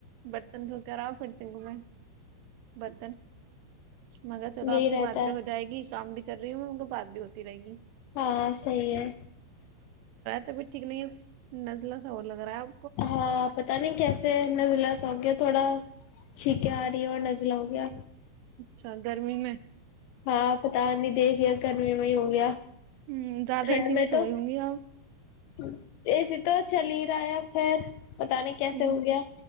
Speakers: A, on the right (about 80°); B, on the left (about 80°).
A: برتن دک را فر سن گ میں برتن مگر
B: یہی
A: چلو آپ سے
B: رہتا
A: باد
B: ہے
A: ہو جائے گی کام بھی کر رہی ہوں ان کو بات بھی ہوتی رہے گی
B: ہاں صحی ہے
A: تبھی ٹھیک نہیں ہے نزلہ سا ہو لگ رہا ہے اب
B: ہاں پتہ نہیں کیسے الحمد للہ س ہو گیا تھوڑا چنکیں آ رہی ہے اور نزلہ ہو گیا
A: اچھا گرمی میں
B: ہاں پتا نہیں دیکھیا گنمی میں ہی ہو گیا
A: ہوں زیادہ
B: ٹھنڈ
A: اسی
B: میں
A: سو
B: تو
A: گئی ہوں گی آپ
B: ا سی تو چل ہی رہا ہے اب ایکھر <unintelligible> بتے کیسے
A: ہوں،
B: ہو گیا